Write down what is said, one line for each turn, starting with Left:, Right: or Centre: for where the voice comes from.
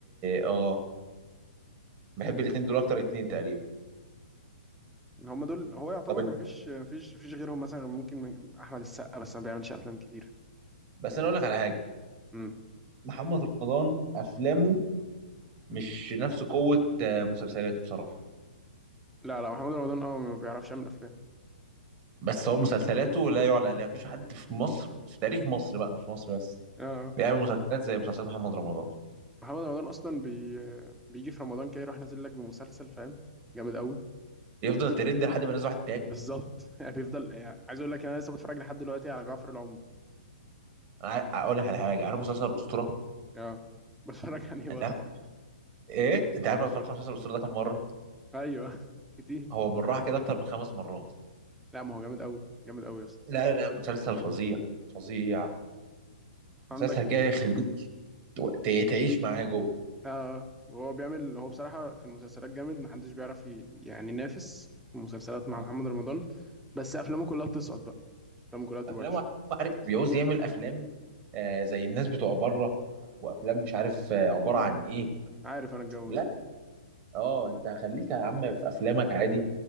Right: اه بحب الاتنين دول اكتر اتنين تقريبا
Centre: هم دول هو يعتبر
Right: طب انت
Centre: مفيش مفيش مفيش غيرهم مثلا ممكن من- احمد السقا بس ما بيعملش افلام كتير
Right: بس انا اقول لك على حاجه
Centre: امم
Right: محمد رمضان افلامه مش نفس قوه آه، مسلسلاته بصراحه
Centre: لا لا محمد رمضان اه ما بيعرفش يعمل افلام
Right: بس هو مسلسلاته لا يعلى عليها مفيش حد في مصر في تاريخ مصر بقى مش في مصر بس
Centre: اه آه.
Right: بيعمل مسلسلات زي مسلسل محمد رمضان
Centre: محمد رمضان اصلا بي بيجي في رمضان كده يروح نازل لك بمسلسل فاهم جامد قوي
Right: يفضل ترند لحد ما ينزل واحد تاني
Centre: بالظبط <laughs> يعني بيفضل يعني عايز اقول لك انا لسه بتفرج لحد دلوقتي على جعفر العمدة
Right: ع- اقول لك على حاجه عارف مسلسل الاسطوره
Centre: اه بتفرج عليه
Right: انت
Centre: برضه
Right: عارف ايه انت عارف انا اتفرجت
Centre: بط-
Right: على مسلسل الاسطوره ده كام مره
Centre: ايوه كتير
Right: هو بالراحه كده اكتر من خمس مرات
Centre: لا ما هو جامد قوي جامد قوي يا اسطى
Right: لا لا لا، مسلسل فظيع فظيع
Centre: عندك
Right: مسلسل كده يخليك ت- تعيش معاه جوه
Centre: اه هو بيعمل هو بصراحه في المسلسلات جامد محدش بيعرف ي- يعني ينافس في المسلسلات مع
Right: آه.
Centre: محمد رمضان بس افلامه كلها بتسقط بقى افلامه كلها بتبقى
Right: افلام
Centre: وحشه
Right: عارف بيعوز يعمل افلام آه زي الناس بتوع بره وافلام مش عارف آه عباره
Centre: اه
Right: عن ايه
Centre: عارف انا الجو
Right: لا
Centre: ده
Right: اه انت خليك يا عم في افلامك عادي